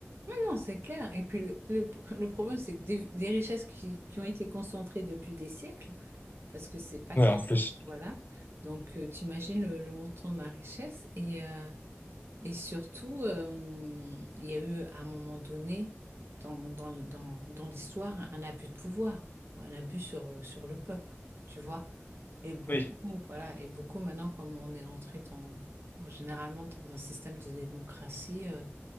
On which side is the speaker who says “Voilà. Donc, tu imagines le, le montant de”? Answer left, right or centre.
Right